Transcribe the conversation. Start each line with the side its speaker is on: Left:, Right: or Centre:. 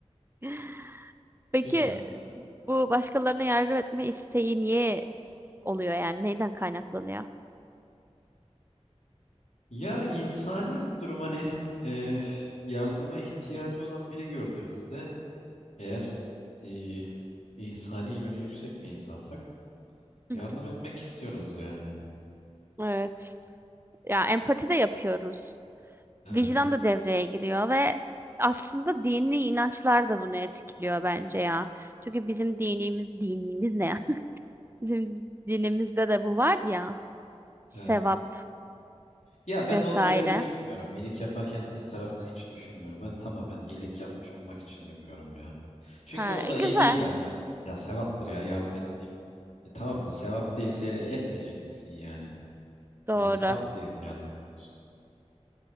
Right: <laughs> Peki
Left: güzel.
Right: bu başkalarına yardım etme isteği niye oluyor yani? Neyden kaynaklanıyor?
Left: Ya insani bir durum hani e, yardıma ihtiyacı olan biri gördüğümüzde Eğer e, insani yönü yüksek bir insansak
Right: Hı
Left: yardım
Right: hı.
Left: etmek istiyoruz yani.
Right: Evet. Ya empati de yapıyoruz.
Left: Evet,
Right: vicdan da devreye giriyor ve aslında dini inançlar da bunu etkiliyor bence ya. Çünkü bizim dinimiz, dinimiz ne ya? <laughs> Bizim dinimizde de bu var ya, sevap
Left: evet. Ya ben
Right: vesaire.
Left: o, öyle düşünmüyorum. İyilik yaparken din tarafını hiç düşünmüyorum. Ben tamamen iyilik yapmış olmak için yapıyorum ya. Çünkü
Right: Ha,
Left: o da
Right: e, güzel.
Left: iyi değil bence. Ya sevaptır ya yardım edeyim deyip. E tamam da sevap değilse etmeyecek misin yani?
Right: Doğru.
Left: E, sevap diye mi yardım ediyorsun?